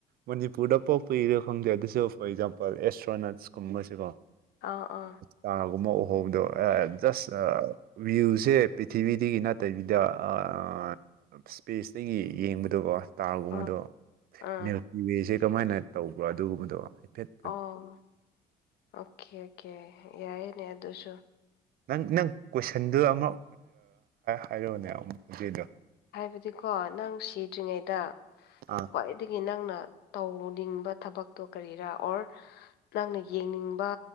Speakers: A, on the right (about 60°); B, on the left (about 75°).
A: ꯃꯅꯤꯄꯨꯔꯗ ꯄꯣꯛꯄ ꯏꯔꯦ ꯈꯪꯗꯦ ꯑꯗꯨꯁꯨ ꯐꯣꯔ ꯑꯦꯛꯖꯥꯝꯄꯜ ꯑꯦꯁꯇ꯭ꯔꯣꯅꯠꯁ ꯀꯨꯝꯕꯁꯤꯀꯣ
B: ꯑꯥ ꯑꯥ
A: ꯆꯥꯒꯨꯝꯕ ꯎꯍꯧꯕ ꯑꯑꯥ ꯖꯁ ꯑ ꯋꯤꯜꯁꯦ ꯄ꯭ꯔꯤꯊꯤꯕꯤꯗꯒꯤ ꯅꯠ ꯇꯩꯕꯤꯗ ꯑꯑꯥ ꯏꯁꯄꯦꯁꯇꯒꯤ ꯌꯦꯡꯕꯗꯣꯀꯣ ꯏꯁꯇꯥꯔꯒꯨꯝꯕꯗꯣ
B: ꯑ ꯑ ꯑ
A: ꯃꯤꯜꯀꯤ ꯋꯦ ꯀꯃꯥꯏꯅ ꯇꯧꯕ꯭ꯔꯥ ꯑꯗꯨꯒꯨꯝꯕꯗꯣ ꯍꯥꯏꯐꯦꯠ
B: ꯑꯣ ꯑꯣꯀꯦ ꯑꯣꯀꯦ ꯌꯥꯏꯅꯦ ꯑꯗꯨꯁꯨ
A: ꯅꯪ ꯅꯪ ꯀꯣꯏꯁꯟꯗꯨ ꯑꯃꯨꯛ ꯍꯥꯏꯔꯨꯎꯅꯦ ꯍꯧꯖꯤꯛꯗꯣ
B: ꯍꯥꯏꯕꯗꯤꯀꯣ ꯅꯪ ꯁꯤꯗ꯭ꯔꯤꯉꯩꯗ
A: ꯑ
B: ꯈ꯭ꯋꯥꯏꯗꯒꯤ ꯅꯪꯅ ꯇꯧꯅꯤꯡꯕ ꯊꯕꯛꯇꯣ ꯀꯔꯤꯔꯥ ꯑꯣꯔ ꯅꯪꯅ ꯌꯦꯡꯅꯤꯡꯕ